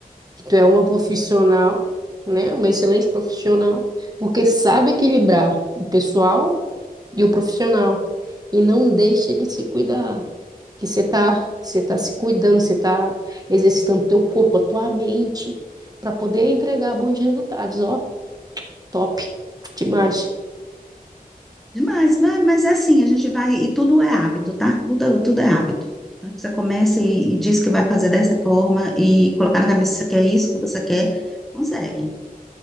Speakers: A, on the right; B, in the centre.
A: que tu é uma profissional, né? Uma excelente profissional, porque sabe equilibrar o pessoal e o profissional. E não deixa de se cuidar, que você tá, você tá se cuidando, você tá exercitando teu corpo, a tua mente, para poder entregar bons resultados, ó, top, demais.
B: Demais, né? Mas é assim, a gente vai, e tudo é hábito, tá? Tudo, tudo é hábito. Então, Você começa e, e diz que vai fazer dessa forma e colocar na cabeça que é isso que você quer, consegue.